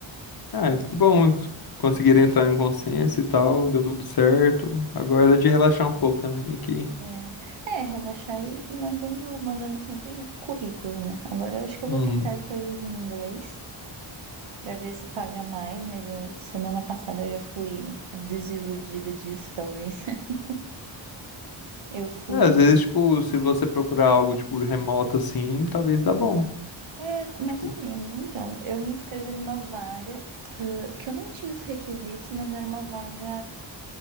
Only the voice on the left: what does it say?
Ah, que bom, conseguiram entrar em consenso e tal, deu tudo certo. Agora é de relaxar um pouco também aqui.
Uhum.
É, às vezes, tipo, se você procurar algo, tipo, remoto assim, talvez dá bom.
Tipo,